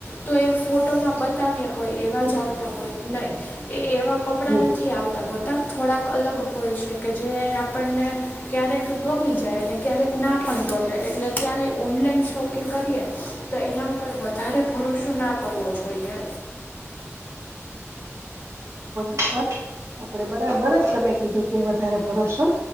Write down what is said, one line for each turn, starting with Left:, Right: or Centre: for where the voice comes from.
Left: તો એ ફોટોમાં બતાવ્યા હોય એવા જ આવતા હોય નહીં એ એવા કપડાં
Right: નહી
Left: નથી આવતા હોત તફ થોડાક અલગ હોય છે કે જે આપણને ક્યારેક ગમી જાય ને ક્યારેક ના પણ ગમે એટલે ક્યારેય ઓનલાઈન શોપિંગ કરીએ તો એના ઉપર વધારે ભરોસો ના કરો આપ રોશોઈ ગ
Right: આપ બરાબર જ તમે કીધું કે વધારે ભરોસો